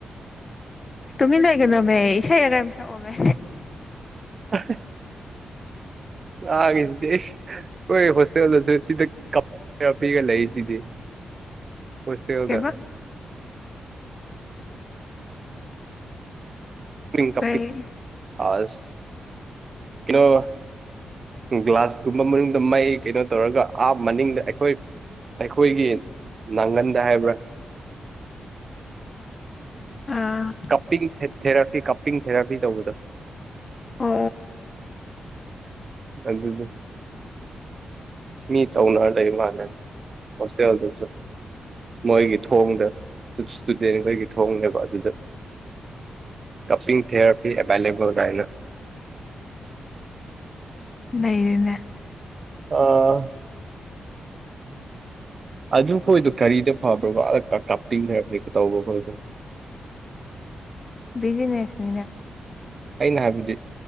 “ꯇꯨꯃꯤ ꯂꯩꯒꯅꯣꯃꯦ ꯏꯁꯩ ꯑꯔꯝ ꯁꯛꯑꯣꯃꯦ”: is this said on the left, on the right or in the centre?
Left